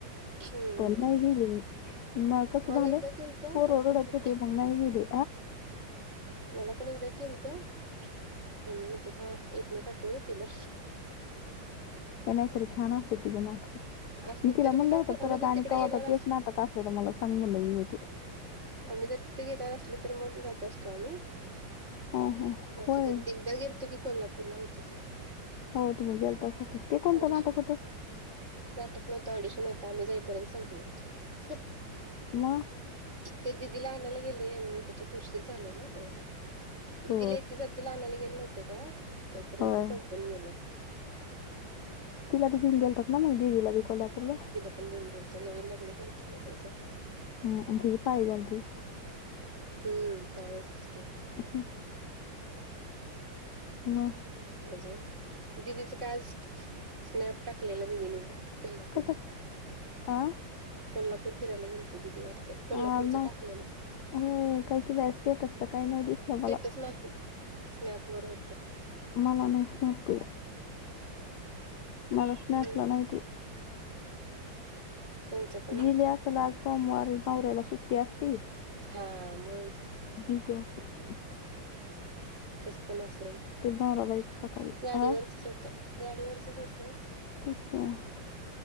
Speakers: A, on the right; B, on the left.
A: हम्म
B: पण
A: हम्म
B: नाही गेले मग कस
A: मला
B: झालं
A: एकदा केल त्या
B: पोरव
A: काय
B: रडत
A: तर होत
B: हो ते नाही गेले.
A: मला पण एकदा केलं त्या ह म्हणतात हा इथन पाठवय तिला.
B: एण्या कर छान असते तिजे नाट
A: असत
B: मी तिला
A: तरी
B: म्हणल
A: जातो
B: होत
A: आम्ही
B: परत
A: जर
B: आणि
A: तिकडे
B: कवाता
A: गेणार
B: तेच नाटक असलं तर मला सांग म्हणलं मी
A: आम्ही जर तिथे गेणार असल तर मग जात असतो आम्ही.
B: ह ह
A: असं
B: होय
A: कधी ते एकदा गेलतो की कोल्हापूरला होत तर
B: हो तुम्ही गेल तं की ते कोणतं
A: ऑडिशन
B: नाटक होतं.
A: नाटक नव्हतं ऑडिशन होतं आम्ही जाईपर्यंत संपलो होतो.
B: मग?
A: ते दिदीला आणायला गेले यांनी त्याच्यात उशीर झालं ना ते. दिदीला
B: हो
A: येती जातिला आणायला गेले नव्हते का तोपर्यंत
B: होय
A: ते संपून गेलं.
B: तिला बघेऊन गेलतात ना मग दिदीला बी कोल्हापूरला?
A: ण घेनेल नवीन लागल लात ना त त्याचं.
B: हम्म तिची पाळी झालती.
A: हम्म त्यावेळेच की.
B: ह् मग
A: अजून दिदीच काय आज स्नॅप टाकलेला दिदीने. कोल्हापूरला
B: कशात आ
A: कोल्हापूर फिरायला गेलते दिदी वाटतं. कोल्हापूरच
B: ह ना
A: टाकलेला
B: काही कि स्टेटस काही नाही दिसलं
A: स्टेटस
B: मला.
A: नाही स्नॅप वर होतं.
B: मला नाही सनप ती मला
A: हम्म
B: स्नॅपला नाही ती.
A: त्यांचा पण होता
B: गेली असल आज सोमवार नवऱ्याला सुट्टी असती.
A: हा म
B: गीली असल.
A: तस पण असे म
B: नवरा बायको सकाळी
A: गाडीवरचच
B: हा
A: होत गाडीवरचच होतं.
B: त्यातक